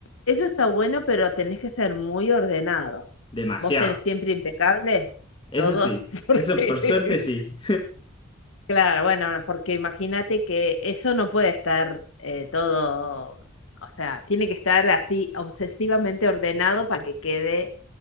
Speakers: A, on the left; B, on the left.
A: Eso está bueno, pero tenés que ser muy ordenado.
B: Demasiado.
A: Vos tenés siempre impecable
B: Eso
A: todo,
B: sí.
A: <laughs> porque
B: Eso por suerte sí.
A: Claro, bueno, porque imagínate que eso no puede estar eh, todo, o sea, tiene que estar así obsesivamente ordenado para que quede